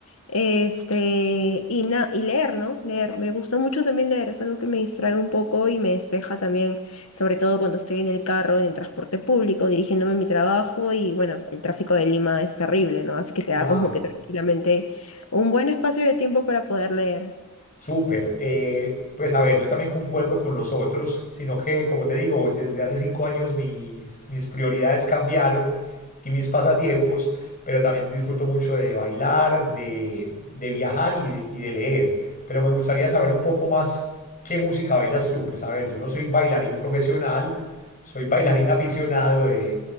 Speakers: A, on the left; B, on the left.
A: este, y, na- y leer, ¿no? Leer. Me gusta mucho también leer, es algo que me distrae un poco y me despeja también, sobre todo cuando estoy en el carro, en el transporte público, dirigiéndome a mi trabajo y bueno, el tráfico de Lima es terrible, ¿no? Así que te da
B: Claro,
A: como que tranquilamente un buen espacio de tiempo para poder leer.
B: súper. Eh, pues a ver, yo también concuerdo con los otros, sino que, como te digo, desde hace cinco años mis, mis prioridades cambiaron y mis pasatiempos, pero también disfruto mucho de bailar, de, de viajar y de, y de leer. Pero me gustaría saber un poco más qué música bailas tú. Pues a ver, yo no soy bailarín profesional, soy bailarín aficionado de,